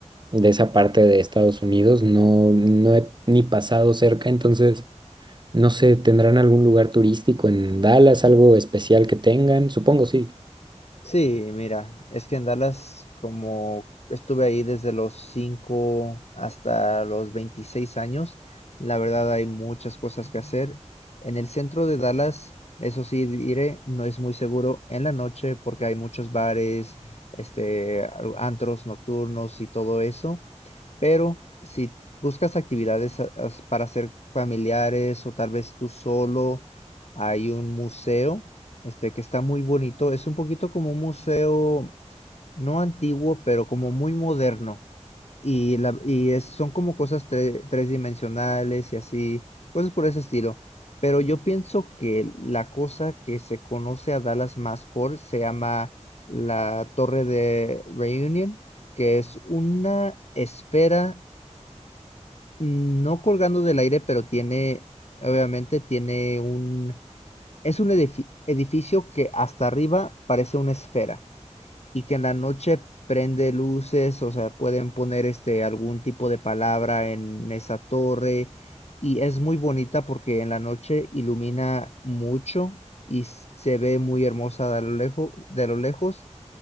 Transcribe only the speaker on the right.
de esa parte de Estados Unidos. No, no he ni pasado cerca, entonces no sé, ¿tendrán algún lugar turístico en Dallas, algo especial que tengan? Supongo sí.